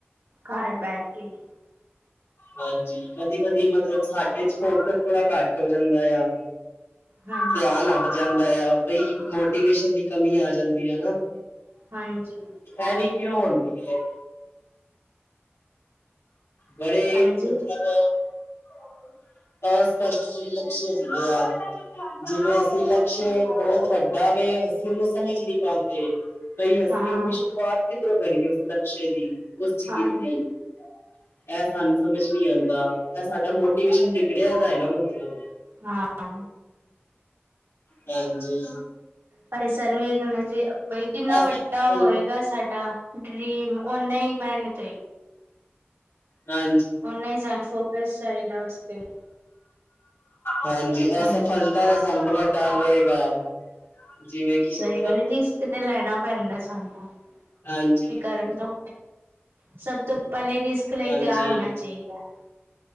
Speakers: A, on the right; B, on the left.
A: ਘਰ ਬਹਿ ਕੇ! !
B: ਹਾਂਜੀ ਕਦੀ ਕਦੀ ਮਤਲਬ ਸਾਡੇ 'ਚ ਫੋਕਸ ਬੜਾ ਘੱਟ ਹੋ ਜਾਂਦਾ ਆ।
A: ਹਾਂਜੀ
B: ਧਿਆਨ ਹਟ--ਜਾਂਦਾ ਆ, ਬਈ ਮੋਟੀਵੇਸ਼ਨ ਦੀ ਕਮੀ ਆ ਜਾਂਦੀ ਆ ਨਾ।
A: ਹਾਂ ਜੀ।
B: ਐ ਵੀ ਕਿਉਂ ਹੁੰਦੀ ਹੈ। ਬੜੇ
A: ਹਾਂਜੀ
B: ਮਤਲੱਬ ਅ। ਅਸਪਸ਼ਟ ਜਿ ਲਕਸ਼ ਹੁੰਦੇ ਆ ਜਿਵੇਂ ਅਸੀਂ ਲਕਸ਼ ਅ ਬਹੁਤ ਵੱਡਾ ਵੇ ਅਸੀਂ ਉਹਨੂੰ ਸਮਝ ਨੀ ਪਾਉਂਦੇ। ਬਈ ਅਸੀਂ
A: ਹਾਂ
B: ਉਹ ਦੀ ਸ਼ੁਰੂਆਤ ਕਿਧਰੋਂ ਕਰੀਏ ਉਸ ਲਕਸ਼ੇ ਦੀ, ਉਸ ਚੀਜ਼
A: ਹਾਂਜੀ
B: ਦੀ। ਇਹ ਸਾਨੂੰ ਸਮਝ ਨੀ ਆਉਂਦਾ। ਇਹ ਸਾਡਾ ਮੋਟੀਵੇਸ਼ਨ ਬਿਗੜਿਆ ਤਾਂ ਹੈ ਨਾ ਮਤਲਬ।
A: ਹਾਂ
B: ਹਾਂਜੀ।
A: ਪੈਸਾ ਨਈ ਵੇਖਣਾ ਜੇ ਬਈ ਕਿੰਨਾ
B: ਅਸਫਲ
A: ਵੱਡਾ ਹੋਏਗਾ ਸਾਡਾ। ਡਰੀਮ, ਓਨਾ ਹੀ ਮੇਹਨਤ ਹੋਏਗ
B: ਹਾਂ-
A: ਓਨਾ ਹੀ ਸਾਨੂੰ ਫੋਕਸ ਚਾਹੀਦਾ ਉਸਤੇ।
B: ਹਾਂਜੀ,
A: ਹਾਂਜੀ
B: ਅਸਫਲਤਾ ਦਾ ਸਾਨੂੰ ਬੜਾ ਡਰ ਰਹੇਗਾ। ਜਿਵੇਂ ਕਿ
A: ਸਹੀ
B: ਮਤਲਬ
A: ਗੱਲ ਰਿਸਕ ਤੇ ਲੈਣਾ ਪੈਂਦਾ ਸਾਨੂੰ-
B: ਹਾਂਜੀ
A: ਵੀ
B: -ਹਾਂਜੀ।
A: ਕਰਨ ਤੋਂ ਸਭ ਤੋਂ ਪਹਿਲੇ ਰਿਸਕ ਲਈ
B: ਹਾਂਜੀ
A: ਤਿਆਰ ਹੋਣਾ ਚਾਹੀਦਾ ਹੈ।